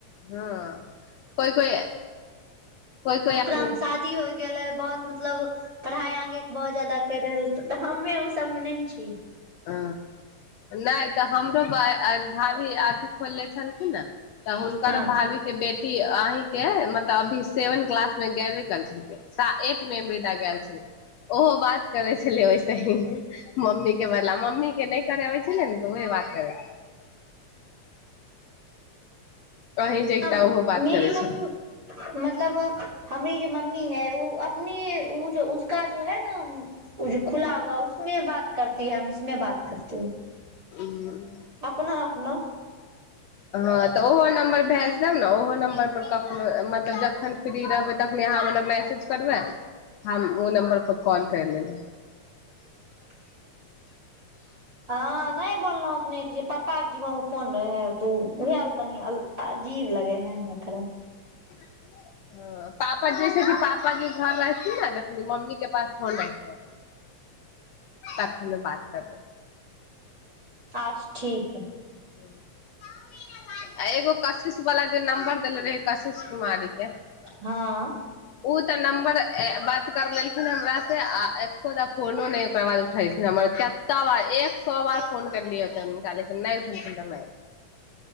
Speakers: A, on the left (about 75°); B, on the right (about 35°).
A: हँ कोइ कोइ कोइ कोइ आदमी
B: क्राम शादी होइ गेलेलै बहुत मतलब पढ़ाई आगे के बहुत ज्यादा कर रहल ते हमे उ सब मे ने छ छी जी
A: ह नहि तऽ हमरो भाभी अथी खोलले छलखिन ने तऽ हुनकरो
B: हँ
A: भाभी के बेट अहीं के मतलब अभी सेवन क्लास में गेबे क छल एट मे एबरी दा गेल छल ओहो बात करे छले ओैसे ही मम्मी के बला मम्मी के नहि करे होै छै ने त ओ बात करै छै कहीं जता
B: आ मेरी
A: ओहो बात करै
B: मम
A: छलै
B: मतलब हमरी जे मम्मी है ओ अपने ओ उसका जो है न खुला हुआ उसमे बात करती है हम इसमे बात करते है
A: ह
B: अपना न
A: हँ तऽ ओहो नम्बर भेज देब न ओहो नम्बर पर कखनो मत तऽ जखन फ्री रहबै तखनी आहाँ हमरा मैसेज मैसेज करबै हम ओ नम्बर पर कॉल करि लेबै
B: ब हँ नहि बोललहुं अपने जे पापा जी ओ फोन रहे है तू उएहाल तनी अजीब लगे है हमरा थोरा
A: <inaudible> ह पापा जैसे कि पापा जी घर रहथि न जखनी मम्मी के पास फोन ऐतै तखमे बात करबै
B: अच्छ ठीक है
A: <unintelligible> आ एगो कसकिस बला जे नंबर देले रहे कशिश कुमारी के
B: हँ
A: ओ तऽ नम्बर बात कर लेलखिन हमरा से आ एको दा फोनो नहि ओकर बाद उठेलखिन हमर केता बार एक सै बार फोन करलियऐ तहनू काले क नहि उठनि त नहि